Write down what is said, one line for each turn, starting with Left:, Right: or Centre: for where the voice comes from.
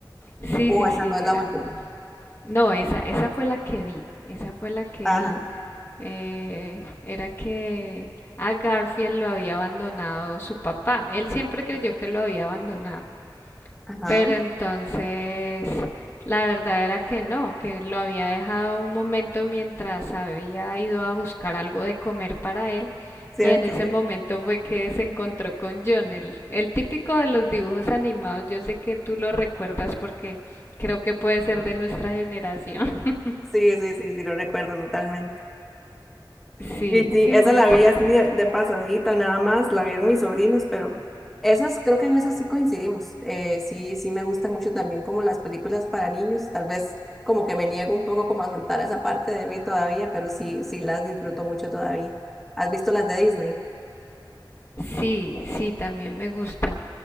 Left: Sí,
Centre: O
Left: sí,
Centre: esa
Left: sí,
Centre: no es
Left: era.
Centre: la última.
Left: No, esa, esa fue la que vi, esa fue la que
Centre: Ajá.
Left: vi. Eh, era que a Garfield lo había abandonado su papá. Él siempre creyó
Centre: Papá.
Left: que lo había abandonado.
Centre: Ajá.
Left: Pero entonces la verdad era que no, que lo había dejado un momento mientras había ido a buscar algo de comer para él
Centre: Cierto,
Left: y en ese
Centre: cierto.
Left: momento fue que se encontró con John, el, el típico de los dibujos animados. Yo sé que tú lo recuerdas porque creo que puede ser de nuestra generación. <laughs>
Centre: Sí, sí, sí, sí, lo recuerdo totalmente.
Left: Sí,
Centre: Y sí,
Left: sí,
Centre: esa
Left: muy
Centre: la
Left: chévere.
Centre: vi así de, de pasadita, nada más, la vieron mis sobrinos, pero esas, creo que en esas sí coincidimos. Eh, sí, sí me gustan mucho también como las películas para niños, tal vez como que me niego un poco como a soltar esa parte de mí todavía, pero sí, sí las disfruto mucho todavía. ¿Has visto las de Disney?
Left: Sí, sí, también me gustan.